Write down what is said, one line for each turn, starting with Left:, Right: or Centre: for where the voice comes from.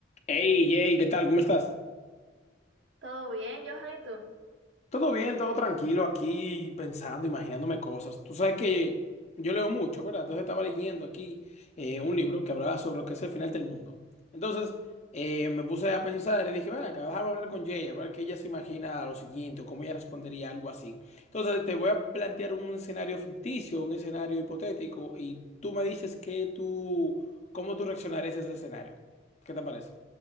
Left: Hey, Jay, ¿qué tal? ¿Cómo estás?
Right: ¿Todo bien, Johan? ¿Y tú?
Left: Todo bien, todo tranquilo aquí, pensando, imaginándome cosas. Tú sabes que yo leo mucho, ¿verdad? Entonces estaba leyendo aquí eh, un libro que hablaba sobre lo que es el final del mundo. Entonces eh, me puse a pensar y dije, bueno, acá déjame hablar con Jay, a ver qué ella se imagina lo siguiente o cómo ella respondería a algo así. Entonces te voy a plantear un escenario ficticio, un escenario hipotético, y tú me dices que tú, cómo tú reaccionarías a ese escenario. ¿Qué te parece?